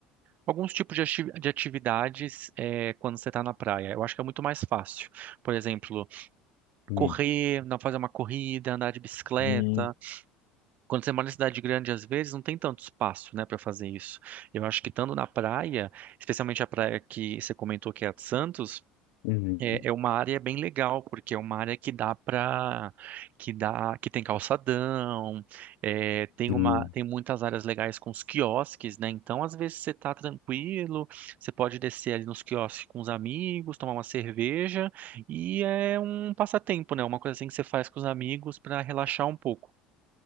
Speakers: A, on the right; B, on the left.
A: alguns tipos de ati- de atividades é, quando você tá na praia. Eu acho que é muito mais fácil. Por exemplo,
B: uhum,
A: correr, não fazer uma corrida, andar de bicicleta.
B: uhum,
A: Quando você mora em cidade grande, às vezes não tem tanto espaço, né, para fazer isso. Eu acho que estando na praia, especialmente a praia que você comentou que é a de Santos
B: uhum.
A: É, é uma área bem legal, porque é uma área que dá para que dá, que tem calçadão, é, tem
B: sim.
A: uma, tem muitas áreas legais com os quiosques, né? Então, às vezes você tá tranquilo, você pode descer ali nos quiosques com os amigos, tomar uma cerveja, e é um passatempo, né? Uma coisa assim que você faz com os amigos para relaxar um pouco.